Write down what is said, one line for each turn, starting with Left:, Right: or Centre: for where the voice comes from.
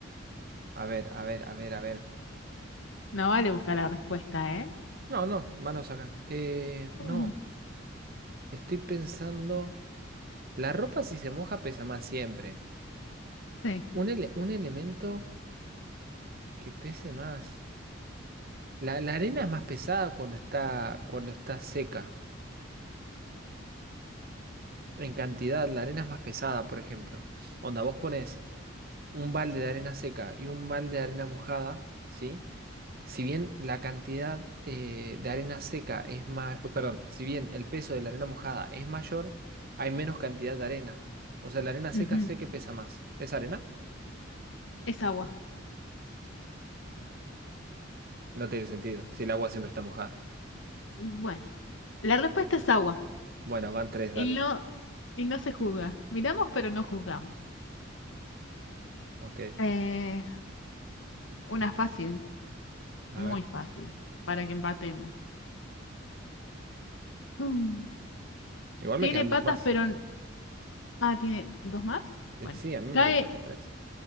Right: a ver, a ver, a ver, a ver.
Left: No vale buscar la respuesta, ¿eh?
Right: No, no, manos acá. Eh,
Left: Ujú.
Right: no, estoy pensando, la ropa si se moja pesa más siempre.
Left: Sí.
Right: Un ele- un elemento que pese más. La, la arena es más pesada cuando está, cuando está seca. En cantidad, la arena es más pesada, por ejemplo. Onda, vos pones un balde de arena seca y un balde de arena mojada, ¿sí? Si bien la cantidad eh, de arena seca es más, perdón, si bien el peso de la arena mojada es mayor, hay menos cantidad de arena. O sea, la arena seca
Left: ujú,
Right: sé que pesa más. ¿Es arena?
Left: Es agua.
Right: No tiene sentido, si el agua siempre está mojada.
Left: Bueno, la respuesta es agua.
Right: Bueno, van tres, dale.
Left: Y no, y no se juzga. Miramos, pero no juzgamos.
Right: Ok,
Left: Eh, una fácil,
Right: a
Left: muy
Right: ver.
Left: fácil, para que empatemos. Mm.
Right: Igual
Left: Tiene
Right: me quedan
Left: patas,
Right: dos más.
Left: pero... n- Ah, tiene dos más.
Right: Y
Left: Bueno,
Right: sí, a mí me
Left: cae,
Right: preguntaste tres.